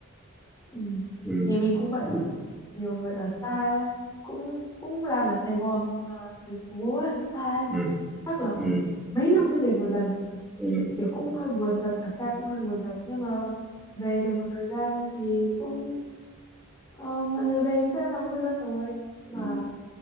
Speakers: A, on the left; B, in the centre.
A: Ừ.
B: ừ.
A: Nhà mình cũng vậy
B: Ừ.
A: mà nhiều người ở xa ấy, cũng cũng làm ở Sài Gòn hoặc là thành phố ấy, xa ấy.
B: Ừ.
A: chắc là
B: Ừ.
A: mấy năm mới về một lần
B: Ừ.
A: kiểu cũng hơi buồn thật ở xa cũng hơi buồn thật nhưng mà về được một thời gian thì cũng ờ, mọi người về thì chắc chắn là vui hơn rồi
B: Ừ.
A: mà
B: Ừ.